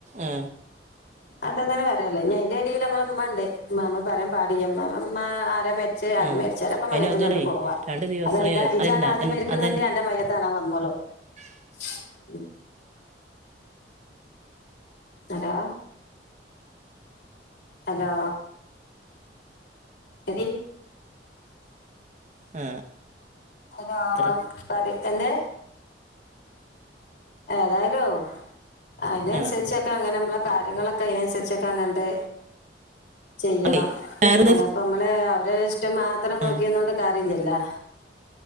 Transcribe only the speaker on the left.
അത്രത്തെന്നെ പറയാള്ളത് ഞ്ഞി അയ്ന്റെ എടേല് നമ്മളെ മ്മ ണ്ട് മ്മ ഞമ്മള് പറയാൻ പാടില്ല ഇ മ്മ ഇ മ്മ ആരാ മരിച്ചത് ആര്
മരിച് ച്ചാണെങ്കി മയ്യത്തും
കണ്ട് പോവാ
അതല്ല ഇജ്ജാണ്
ആദ്യം
മരിക്കണംന്ന്ണ്ടെങ്കി
അന്റെ മയ്യത്ത് കാണാൻ വന്നോളും <inaudible> ഹലോ ഹലോ എതി
അതാ
പറയും എന്ത്‌ ഏതായാലും അയ്നൻസരിച്ച്
ക്കെ അങ്ങനെ നമ്മളെ കാര്യങ്ങളൊക്കെ അയ്നനുസരിച്ചൊക്കെങ്ങട്ട് ചെയ്യണം
അല്ലാപ്
പ്പമ്മള് അവരെ ഇഷ്ടം മാത്രം നോക്കിന്നോണ്ട്
കാര്യല്ലല്ലൊ